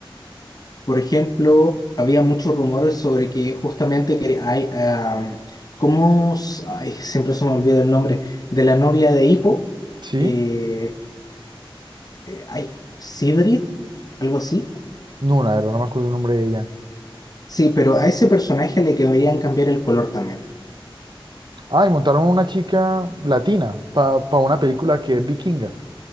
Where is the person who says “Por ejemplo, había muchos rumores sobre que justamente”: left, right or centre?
Left